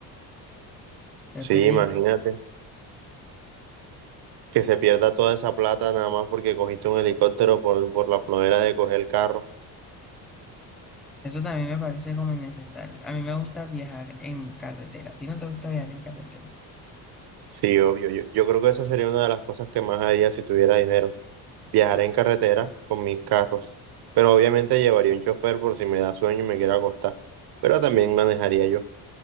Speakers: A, in the centre; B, on the right (about 50°).
A: de
B: Sí,
A: película.
B: imagínate. Que se pierda toda esa plata nada más porque cogiste un helicóptero por, por la flojera de coger el carro.
A: Eso también me parece como innecesario. A mí me gusta viajar en carretera. A ti no te gusta viajar en carretera.
B: Sí, obvio. Yo, yo creo que esa sería una de las cosas que más haría si tuviera dinero. Viajar en carretera con mis carros. Pero obviamente llevaría un chofer por si me da sueño y me quiero acostar. Pero también manejaría yo.